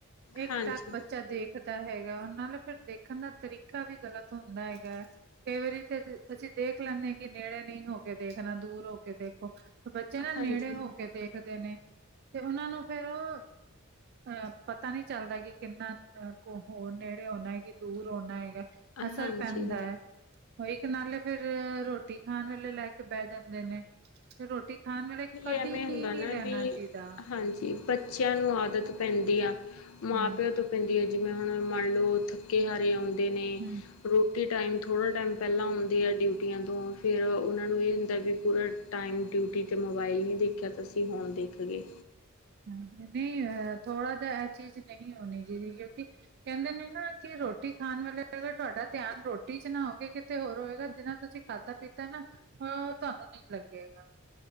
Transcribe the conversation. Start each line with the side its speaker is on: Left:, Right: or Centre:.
Right: ਇੱਕ
Left: ਹਾਂਜੀ
Right: ਟੱਕ ਬੱਚਾ ਦੇਖਦਾ ਹੈਗਾ ਉਹ ਨਾਲੇ ਫਿਰ ਦੇਖਣ ਦਾ ਤਰੀਕਾ ਵੀ ਗ਼ਲਤ ਹੁੰਦਾ ਹੈਗਾ। ਕਈ ਵਾਰੀ ਤੇ ਅਸੀਂ ਦੇਖ ਲੈਂਦੇ ਹਾਂ ਕਿ ਨੇੜੇ ਨਹੀਂ ਹੋ ਕੇ ਦੇਖਣਾ ਦੂਰ ਹੋ ਕੇ ਦੇਖੋ। ਬੱਚੇ ਨਾ
Left: ਹਾਂਜੀ
Right: ਨੇੜੇ ਹੋ ਕੇ ਦੇਖਦੇ ਨੇ ਤੇ ਉਨਾਂ ਨੂੰ ਫੇਰ ਉਹ ਅਹ ਪਤਾ ਨਹੀਂ ਚੱਲਦਾ ਕਿ ਕਿੰਨਾ ਹੋਰ ਨੇੜੇ ਹੋਣਾ ਹੈ ਦੂਰ ਹੋਣਾ ਹੈਗਾ ਅਸਰ
Left: ਹਾਂਜੀ
Right: ਪੈਂਦਾ ਹੈ। ਉਹਹੀ ਇੱਕ ਨਾਲੇ ਫੇਰ ਰੋਟੀ ਖਾਣ ਵੇਲੇ ਲੈ ਕੇ ਬਹਿ ਜਾਂਦੇ ਨੇ ਫ ਰੋਟੀ ਖਾਣ ਵੇਲੇ ਕਦੀ
Left: ਐਵੇਂ ਹੁੰਦਾ
Right: ਨਹੀਂ
Left: ਨਾ
Right: ਲੈਣਾ
Left: ਵੀ
Right: ਚਾਹੀਦਾ।
Left: ਹਾਂਜੀ ਬੱਚਿਆਂ ਨੂੰ ਆਦਤ ਪੈਂਦੀ ਆ ਮਾਂ
Right: ਹਮ
Left: ਪਿਓ ਤੋਂ ਪੈਂਦੀ ਹੈ। ਜਿਵੇਂ ਹੁਣ ਮੰਨ ਲਓ ਥੱਕੇ ਹਾਰੇ ਆਂਦੇ ਨੇ
Right: ਹਮ
Left: ਰੋਟੀ ਟਾਈਮ ਥੋੜ੍ਹਾ ਟਾਈਮ ਪੈਂਲਾਂ ਆਂਦੇ ਆ ਡਿਊਟੀਆਂ ਤੋਂ ਫੇਿਰ ਉਨਾ ਨੂੰ ਇਹ ਹੁੰਦਾ ਵੀ ਪੂਰਾ ਟਾਈਮ ਡਿਊਟੀ 'ਤੇ ਮੋਬਾਇਲ ਨਹੀਂ ਦੇਖਿਆ ਤਾਂ ਅਸੀਂ ਹੁਣ ਦੇਖ ਗਏ।
Right: ਹ ਨਹੀਂ ਥੋੜ੍ਹਾ ਜਿਹਾ ਇਹ ਚੀਜ਼ ਨਹੀਂ ਹੋਣੀ ਚਾਹੀਦੀ ਕਿਉਂਕਿ ਕਹਿੰਦੇ ਨੇ ਨਾ ਕਿ ਰੋਟੀ ਖਾਣ ਵਾਲੇ ਅਗਰ ਤੁਹਾਡਾ ਧਿਆਨ ਰੋਟੀ ਚ ਨਾ ਹੋਵੇ ਕਿ ਤੇ ਹੋਰ ਹੋਏਗਾ ਜਿਨਾ ਤੁਸੀਂ ਖਾਧਾ ਪੀਤਾ ਨਾ ਉਹ ਤੁਹਾਨੂੰ ਨਹੀਂ ਲੱਗੇਗਾ।